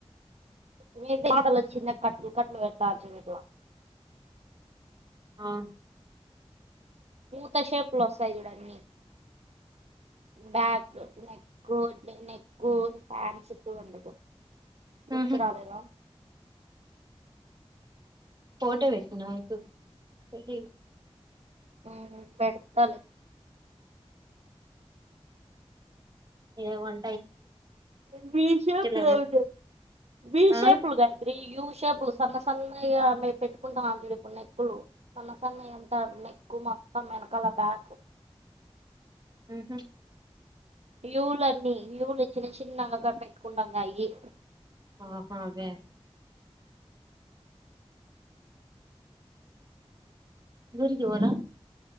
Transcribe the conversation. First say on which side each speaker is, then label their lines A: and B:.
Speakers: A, on the right; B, on the right.
A: మీ దతలు వచ్చింది కట్టల్ కట్టలు పెడట్టారు మీట్ల
B: ఆహ్
A: మూత సేప్లోసాయి చుడాన్ని బ్యాక్ నెక్కు బే నెక్కు హ్యాండ్స్ కు అందుకు గుర్తురాలేదా
B: ఉహు ఫోటో పెట్టుకున్నావా ఆ అక్క కి
A: ఆ పెడతాలే
B: ఏవం
A: విషేపు బ్లౌజ్
B: ఏమో
A: విషేపు
B: ఆ
A: గాయత్రీ యూ షేపులు సన్న సన్నగ మేము పెట్టుకుంటాం అ ఇప్పుడు నెక్కు సన్న సన్న ఎంత నెక్ కు మొత్తం వెనకాల బ్యాకు
B: ఉ హు
A: యూలన్నీ యూలు చిన్న చిన్నంగా పెట్టుకుండంగా యే
B: అ హా అవ ఊరికి పోరా